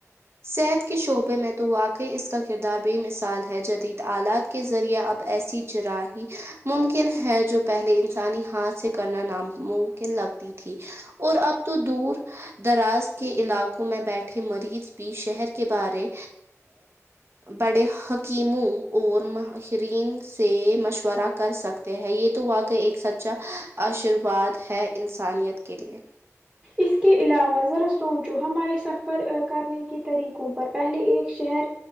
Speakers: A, on the right; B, on the right.
A: صحت کے شعبے میں تو واقع اس کا کردار بے مثال ہے جدید آلات کے ذریعے اب ایسی جراحی ممکن ہے جو پہلے انسانی ہاتھ سے کرنا نام ممکن لگتی تھی اور اب تو دور دراز کے علاقوں میں بیٹھے مریض بھی شہر کے بارے بڑے حکیموں اور ماہرین سے مشورہ کر سک ٹے ہیں یہ تو واقعی ایک سچا آشرواد ہے انسانیت کے لیے
B: اس کے کے علاوہ ذرا سوچو ہمارے سفر کرنے کے طریقوں پر پہلے ایک شہر